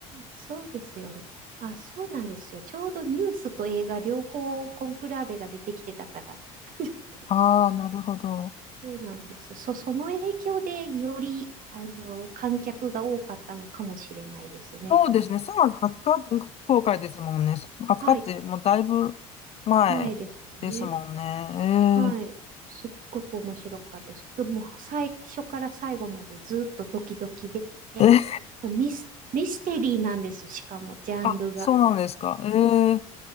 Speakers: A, on the right; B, on the left.
A: そうですよね。あ、そうなんですよ。ちょうどニュースと映画両方コンクラーベが出てきてたから。<laughs>
B: ああ、なるほど。
A: そうなんです。そ、その影響でより、あの、観客が多かったのかもしれないですね。
B: そうですね、3月20日全国公開ですもんね。3月20日ってもうだいぶ前ですもんね。
A: はい。前ですよね。はい。
B: え
A: すっごく面白かったです。もう最初から最後までずっとドキドキで、
B: <laughs> え、
A: もうミス、ミステリーなんです。しかも、ジャンルが。
B: あ、そうなんですか。えー、